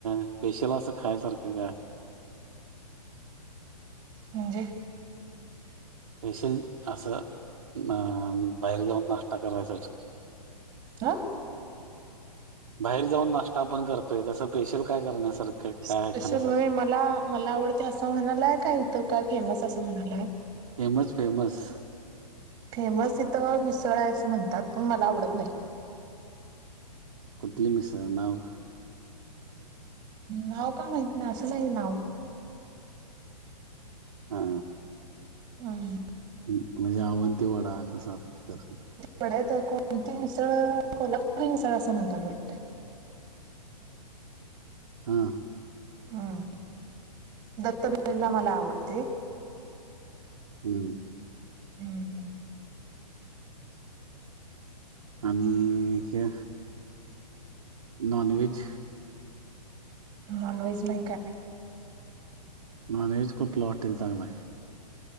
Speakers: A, on the right; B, on the right.
A: स्पेशल असं खायसारखं काय?
B: म्हणजे
A: पेशील असं अ बाहेर जाऊनताा करायसाठी
B: ह
A: बाहेर जाऊन नाश्ता आपण करतोय तसं पेशल काय करण्यासारखं
B: स्पेशल
A: काय आहे खाण्यासारखं
B: वे मला मला आवडते असं म्हणालाय का इथं काय फेमस असं म्हणालाय.
A: फेमस फेमस
B: फेमस इथं मिसळ आहे असं म्हणतात पण मला आवडत नाही.
A: कोतवाल म सर नाव
B: नाव का माहिती नाही असं नाही नाव
A: हा
B: हम्म
A: म्हणजे आवनती वडा कस तर
B: पढायत कोणती मिसळ कोल्हापूरी मिसळ असं म्हणतात वाटते.
A: हा
B: हम दत्त बळेला मला आवडते.
A: हम्म
B: हम्म
A: आणि हे नॉन व्ज
B: नाॉनवज नाही काय?
A: नॉन वज कोटला हॉटेल चांगला.